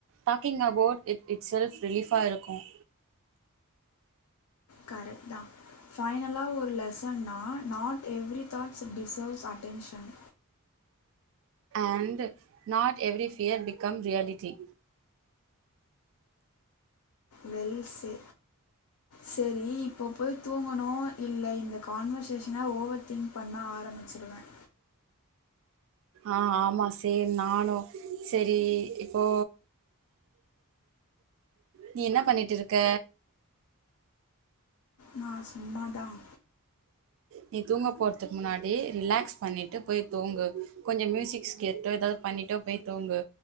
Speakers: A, on the right (about 60°); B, on the left (about 85°).
A: talking about it it's self ரிலீஃபா இருக்கும்
B: கரெக்ட் தான் ஃபைனலா ஒரு லெசன்னன்னா not every thoughts deserves attention
A: and not every fear become reality
B: well say சரி இப்ப போய் தூங்கணும் இல்ல இந்த கான்வர்சேஷன் இல்லனா ஓவர் திங்க் பண்ண ஆரம்பிச்சிடுவேன்
A: ஆஹ் ஆமா சேர் நானும் செரி இப்போ நீ என்ன பண்ணிட்டு இருக்க
B: நான் சும்மா தான்
A: நீ தூங்க போறதுக்கு முன்னாடி ரிலாக்ஸ் பண்ணிட்டு போய் தூங்கு கொஞ்சம் மியூசிக்ஸ் கேட்டு ஏதாவது பண்ணிட்டோ போய் தூங்கு